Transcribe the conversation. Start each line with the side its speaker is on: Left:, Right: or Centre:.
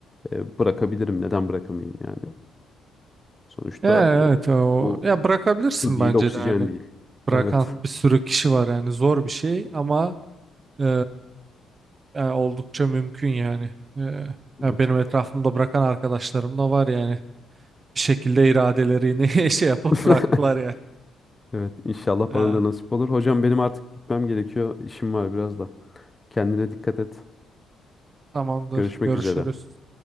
Left: e, bırakabilirim. Neden bırakamayayım yani? Sonuçta
Right: Ya
Left: e,
Right: evet o
Left: bu
Right: ya bırakabilirsin
Left: su değil,
Right: bence
Left: oksijen
Right: de hani
Left: değil.
Right: bırakan
Left: Evet.
Right: bir sürü kişi var yani zor bir şey ama e, ya oldukça mümkün yani. E, ya
Left: Evet.
Right: benim etrafımda bırakan arkadaşlarım da var yani bir şekilde iradelerini <laughs> şey yapıp
Left: <laughs>
Right: bıraktılar yani.
Left: Evet, inşallah
Right: Ha,
Left: bana da nasip olur. Hocam benim artık gitmem gerekiyor. İşim var biraz da. Kendine dikkat et.
Right: tamamdır
Left: Görüşmek
Right: görüşürüz.
Left: üzere.